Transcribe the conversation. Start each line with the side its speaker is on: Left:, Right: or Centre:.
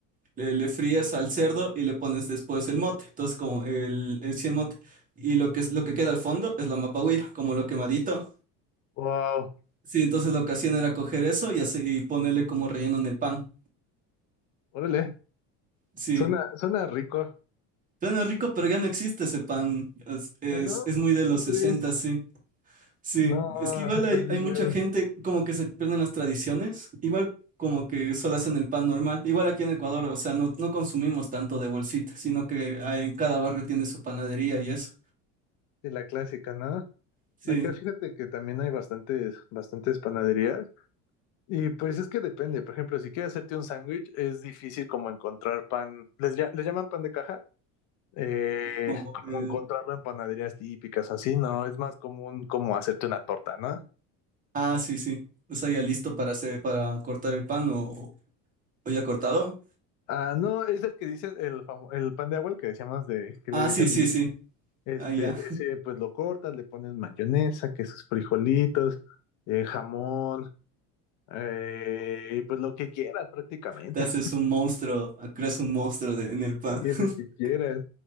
Right: le, le fríes al cerdo y le pones después el mote. Entonces, como el, el, sí, el mote. Y lo que, es- lo que queda al fondo es la mapahuira, como lo quemadito.
Left: Wow.
Right: Sí, entonces lo que hacían era coger eso y, así, y ponerle como relleno en el pan.
Left: Órale.
Right: Sí.
Left: Suena, suena rico.
Right: Suena rico, pero ya no existe ese pan. Es, es,
Left: ¿Ya no?
Right: es muy de
Left: ¿No
Right: los
Left: crees?
Right: 60, sí. Sí.
Left: No,
Right: Es que igual
Left: se perdió
Right: hay, hay mucha gente como que se pierden las tradiciones. Igual como que solo hacen el pan normal. Igual aquí en Ecuador, o sea, no, no consumimos tanto de bolsita, sino que hay- en cada barrio tiene su panadería y eso.
Left: de la clásica, ¿no?
Right: Sí.
Left: Acá fíjate que también hay bastantes, bastantes panaderías. Y pues es que depende. Por ejemplo, si quieres hacerte un sándwich, es difícil como encontrar pan. ¿Les, lla- les llaman pan de caja? Eh,
Right: Como
Left: como
Right: el...
Left: encontrarlo en panaderías típicas, así, ¿no? Es más común como hacerte una torta, ¿no?
Right: Ah, sí, sí. O sea, ya listo para hacer, para cortar el pan o, o ya cortado.
Left: Ah, no, es el que dice el, famo- el pan de agua, el que decíamos de que
Right: Ah,
Left: le dicen
Right: sí, sí,
Left: Miguel.
Right: sí.
Left: Este,
Right: Ah, ya.
Left: ese pues lo cortas, le pones mayonesa, que sus frijolitos, eh, jamón, eh, y pues lo que quieras prácticamente.
Right: Te haces un monstruo, ah, creas un monstruo de- en el pan.
Left: Y
Right: <laughs>
Left: es lo que quieras.